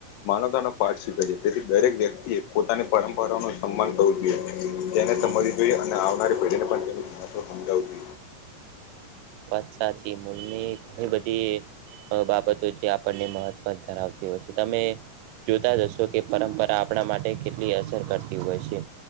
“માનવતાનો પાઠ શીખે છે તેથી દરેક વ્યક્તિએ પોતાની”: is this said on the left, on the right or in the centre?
Left